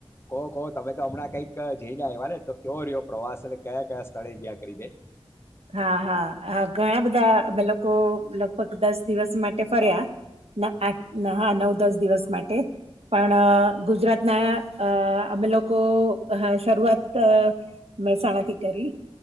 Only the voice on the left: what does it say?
કહો કહો તમે તો હમણાં કઈક જઈને આવ્યા ને તો કયો રહ્યો પ્રવાસ એ કયા કયા તળે ગયા કરી દે.